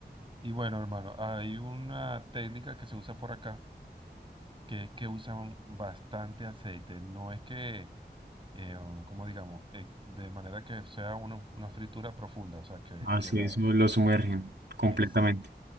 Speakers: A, on the right; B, on the right.
A: Y bueno, hermano, hay una técnica que se usa por acá que es que usan bastante aceite. No es que, eh, um, como digamos, eh, de manera que sea una, una fritura profunda, o sea, que,
B: Así
A: que la...
B: eso lo sumergen completamente.
A: Exacto.